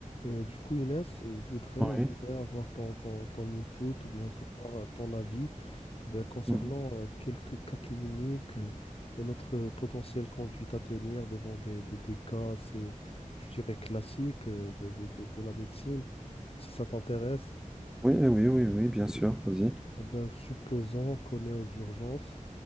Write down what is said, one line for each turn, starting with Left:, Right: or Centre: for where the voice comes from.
Left: Euh, du coup, Younes, euh, je voudrais,
Centre: Oui.
Left: je voudrais avoir ton, ton, ton input ou bien savoir euh, ton avis ben, concernant
Centre: Mhm.
Left: euh, quelques cas cliniques euh, et notre euh, potentielle conduite à tenir devant des, des, des cas assez, je dirais, classiques euh, de, de, de, de la médecine. Si ça t'intéresse,
Centre: Oui, oui, oui, oui, oui, bien sûr, vas-y.
Left: ben, supposons qu'on est aux urgences